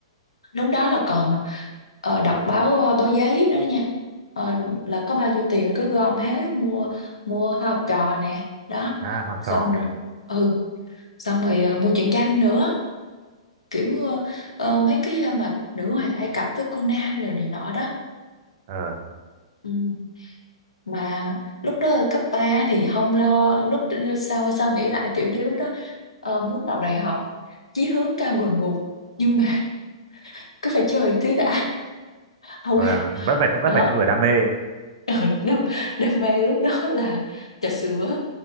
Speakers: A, on the left; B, on the right.
A: lúc đó là còn ờ, đọc báo ờ, báo giấy nữa nha Ờ, là có bao nhiêu tiền là cứ gom hết mua mua hoa học trò nè đó
B: à, học
A: xong
B: trò
A: rồi ừ xong rồi ờ, mua truyện tranh nữa kiểu ờ, ờ, mấy cái ờ, mà nữ hoàng Ai Cập với Conan này, này nọ đó
B: ờ
A: ừ. mà lúc đó ở cấp 3 thì không lo lúc sau sau nghĩ lại kiểu như lúc đó ờ, muốn vào đại học chí hướng cao ngùn ngụt nhưng mà <laughs> cứ phải chơi một tí đã không
B: Rồi
A: biết.
B: à, vẫn
A: <laughs>
B: phải
A: đó
B: vẫn phải theo đuổi đam mê
A: Ờ, đam, đam mê lúc đó là trà sữa